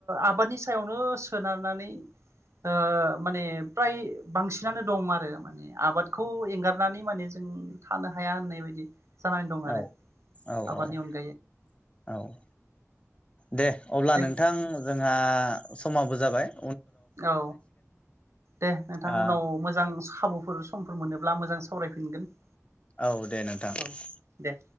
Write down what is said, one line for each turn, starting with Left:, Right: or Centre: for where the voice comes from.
Right: आबादनि सायावनो सोनारनानै ओ माने फ्राय बांसिनानो दं आरो माने आबादखौ एंगारनानै माने जों थानो हाया होननाय बायदि । जानानै दं आरो
Left: औ औ
Right: आबादनि
Left: औ
Right: अन
Left: औ । दे अब्ला
Right: दे
Left: नोंथां जों जोंहा समाबो जाबाय ।
Right: औ दे नोंथां
Left: ओ
Right: उनाव मोजां खाबुफोर समफोर मोनोब्ला मोजां सावरायफिनगोन
Left: औ दे नोंथां ।
Right: औ दे